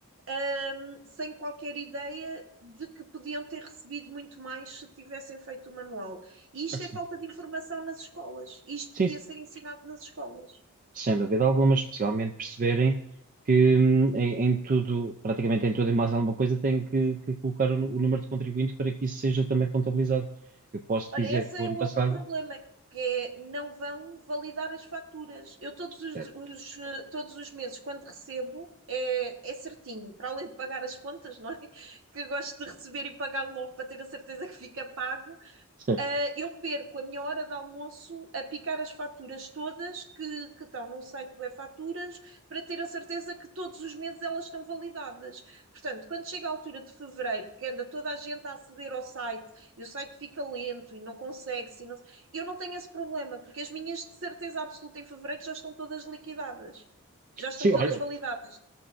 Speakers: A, on the right; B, on the right.
A: Um, sem qualquer ideia de que podiam ter recebido muito mais se tivessem feito o manual. E isto
B: assim.
A: é falta de informação nas escolas. Isto
B: Sim,
A: devia ser ensinado nas escolas.
B: sem dúvida alguma, mas especialmente perceberem que hum, em, em tudo, praticamente em tudo e mais alguma coisa, tem que, que colocar o, nu- o número de contribuinte para que isso seja também contabilizado. Eu posso
A: Olha,
B: dizer
A: esse
B: que o
A: é
B: ano
A: o
B: passado,
A: outro problema, que é não vão validar as faturas. Eu todos os,
B: certo,
A: os, eh, todos os meses, quando recebo, é, é certinho, para além de pagar as contas, não é? <laughs> Que eu gosto de receber e pagar logo para ter a certeza que fica pago.
B: certo.
A: ah, eu perco a minha hora de almoço a picar as faturas todas que, que estão no site do E-Faturas para ter a certeza que todos os meses elas estão validadas. Portanto, quando chega a altura de fevereiro, que anda toda a gente a aceder ao site e o site fica lento e não consegue, se não- eu não tenho esse problema, porque as minhas de certeza absoluta em fevereiro já estão todas liquidadas, já estão
B: Sim,
A: todas
B: olha,
A: validadas.